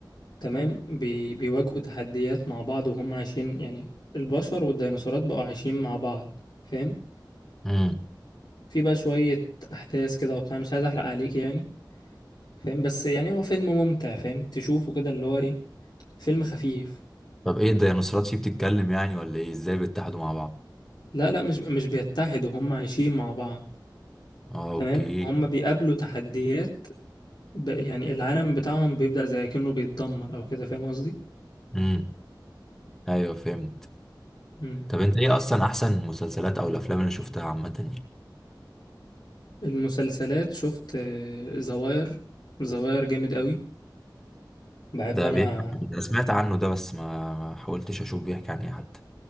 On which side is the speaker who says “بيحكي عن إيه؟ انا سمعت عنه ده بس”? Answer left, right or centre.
Centre